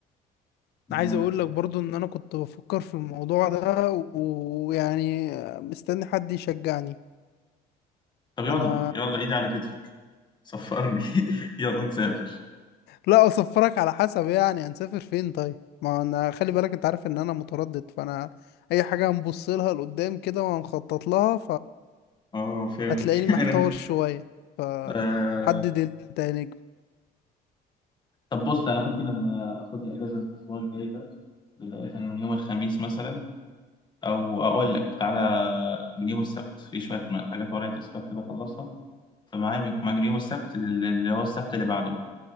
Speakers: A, on the left; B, on the left.
A: ما-
B: عايز اقول لك برضه ان انا كنت بفكر في الموضوع ده و- ويعني مستني حد يشجعني
A: طب يلا
B: انا
A: يلا ايدي على كتفك سفرني <laughs>
B: <laughs>
A: يلا نسافر
B: لا اصفرك على حسب يعني هنسافر فين طيب ما انا خلي بالك انت عارف ان انا متردد فانا اي حاجة هنبص لها لقدام كده وهنخطط لها
A: اه فهمتك
B: فهتلاقيني محتار
A: <laughs> انا
B: شوية فحدد
A: آه...
B: انت يا نجم
A: طب بص انا ممكن أنا اخد لي اجازه الاسبوع الجاي ده بدايه من يوم الخميس مثلا او اقول لك تعالى من يوم السبت في شويه م- حاجات ورايا تاسكات كده اخلصها فمعايا من معايا من يوم السبت لل- اللي هو السبت اللي بعده بقى